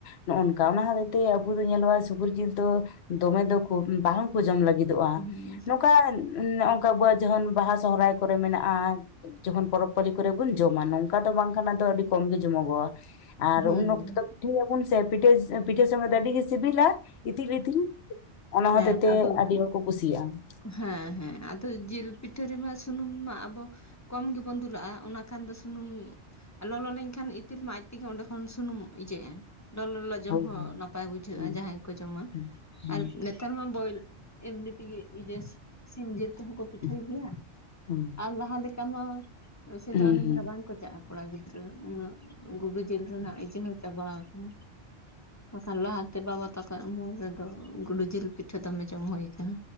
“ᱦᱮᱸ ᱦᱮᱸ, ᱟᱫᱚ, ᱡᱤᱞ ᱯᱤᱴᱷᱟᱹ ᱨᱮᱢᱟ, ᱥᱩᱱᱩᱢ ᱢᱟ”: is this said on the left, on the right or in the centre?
Left